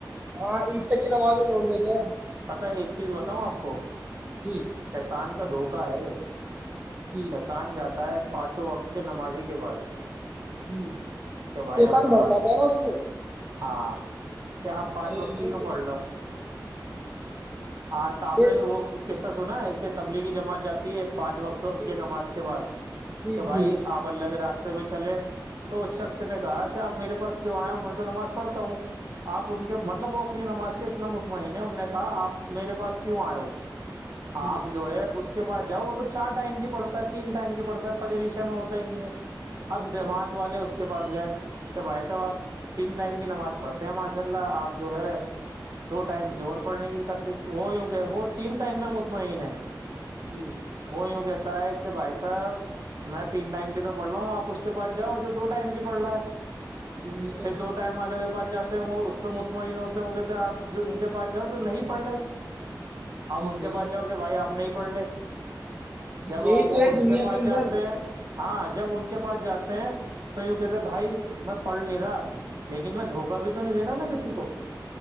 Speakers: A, on the right; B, on the right.
A: ہاں عید تک کی نماز کو چھوڑ دیتے ہیں
B: پتا ایک چیز بتاؤں آپ کو
A: جی
B: شیتان کا دھوپ کا ہے <unintelligible>
A: جی
B: شیتان جاتا ہے پانچوں وقت کے نمازی کے پاس
A: جی
B: کہ بھائی
A: شیطان
B: آم
A: بھڑکاتا
B: نماز
A: ہے نا اس کو
B: ہاں کیا آپ
A: اور
B: پانچ
A: وہ
B: وقت کی
A: بھڑک دیتا
B: پڑ لو ہاں تو آپ
A: ہے۔
B: نے
A: جی
B: وہ قصہ سنا ہے تبلیغی جمات جاتی ہے پانچ وقت
A: جی
B: نماز کے بعس
A: جی
B: کہ
A: جی
B: بھائی آپ اللہ کے راستے چلے تو اس شخص نے کہا کہ آپ میرے پاس کیوں آئے ہو میں تو نماز پڑھتا ہوں آپ ان کے
A: جی
B: مطلب وہ اپنی نماز سے اتنا مطمئن ہے ان نے کہا آپ میرے پاس کیوں آئے ہو
A: جی
B: آپ جو ہے اس بعس جاؤ وہ تو چار ٹائم کی <unintelligible> پڑتا ہے تین ائم پڑتا ہے فجر ریشا میں ہوتا ہی نہیں ہے <unintelligible> اب
A: وہی
B: جماعت
A: تو
B: والے اس کے پاس گئے کیا بھائی صاحب آپ تین ٹائم نماز پڑھتے ہیں ماشاء اللہ آپ جو ہے دو ٹائم کی اور پڑھنے کی وہ وہ تین ٹائم میں مطمئن ہے
A: جی
B: وہیوں کہ <unintelligible> س <unintelligible> کہ بھائی صاحب میں تین ٹائم کی تو پڑھ رہا ہوں آپ <unintelligible> پ اس کے بعد جاؤ جو دو ٹائم کی پڑ رہا ہے
A: جی وہی تو
B: پھر دو ٹائم والے کے بعد جاتے ہیں وہ اس پہ مطمئن ہوتے ہیں وہ کہتے ہیں آپ ان کے پاس جاؤ جو نہیں پڑھ لے <unintelligible> آپ
A: جی
B: ان
A: بے
B: کے پاس
A: شک
B: جاؤ گ بھائی آپ نے پر ڈے <unintelligible>
A: جی
B: جب
A: یہی
B: وہ
A: تو ہے
B: ان
A: دنیا
B: کے پاس
A: اندر
B: جاتے ہیں <unintelligible> ہاں جب ان کے پاس جاتے ہیں تو یوں کہتے بھائی میں پڑھ نہیں رہا لیکن میں دھوکا بھی تو نہیں دینا نا کسی کو